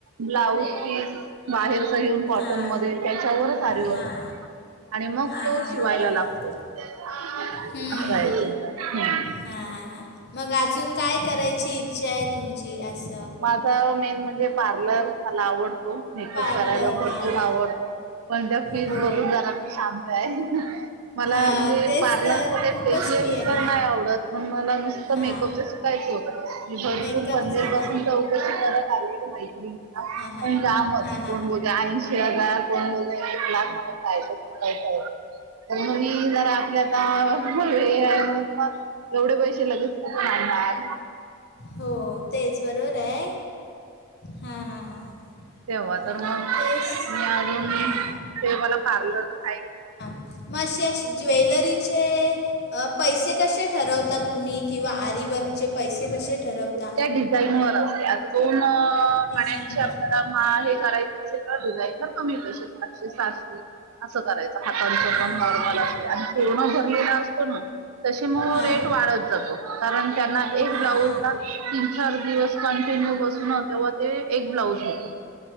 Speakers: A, on the right (about 85°); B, on the left (about 50°).
A: ब्लाऊज पीस बाहेरच घेऊन कॉटन
B: हां
A: मध्ये त्याच्यावरच आरिवर्क
B: हां
A: आणि मग
B: हां
A: तो
B: हां
A: शिवायला
B: हां बरोबर
A: लागतो असा
B: हम्म
A: आहेेत ह्
B: हां हां हां मग अजून काय करायची इच्छा आहे तुमची? ज अस
A: माझा मेन म्हणजे पार्लर मला आवडतो. मेकअप
B: पार्लर
A: करायला भरपूर
B: हां
A: आवडत पण त्या फीज
B: हो
A: बघून जणार तर शांत आहे. मला
B: हां
A: म्हणजे
B: तेच
A: पार्लरच
B: तर
A: ते
B: खूपच
A: फेशियल
B: फी आहे
A: तरर
B: हां
A: नाही आवडत पण मला नुसतं
B: हां
A: मेकअपच भरपर
B: मेकअपचं
A: परसून
B: हां
A: शी ब <unintelligible> ऐंशी
B: हां हां
A: हजार
B: हां हां
A: कोण
B: हां
A: एक लाख म्हणयच शिकायचं आहे. तर मगी जर आपल्या आता. व आहे म्हणून पण एवढे पैसे लगेच कुठे आणणार?
B: हो, तेच बरोबर आहे. हां हां हां
A: तेव्हा
B: हां
A: तर मग
B: तेच
A: मी अजून
B: हां
A: ते मला पार्लर राहील.
B: मगं असे असे ज्वेलरीचे अ पैसे कसे ठरव ता तुम्ही किंवा आरीवर्क र्च पैसे कसे ठरवता.
A: त्या डिझाईन वर असते. आता दोन पाण्याची
B: डिझाईनवर
A: आपल्याला किंवा हे करायच असेल तर डिझाईन तर कमी पैसे पाचशे-सहाशे असं करायचं. हातांचं
B: हां
A: पण नॉर्मल
B: हां हां
A: असते आणि पूर्ण भरलेला असतो ना. तशी मग
B: हां
A: रेट वाढत जातो. कारण त्यांना एक
B: हां
A: ब्लाऊज ला तीन चार दिवस कंटिन्यू बसू ना तेव्हा ते एक ब्लाऊज होते.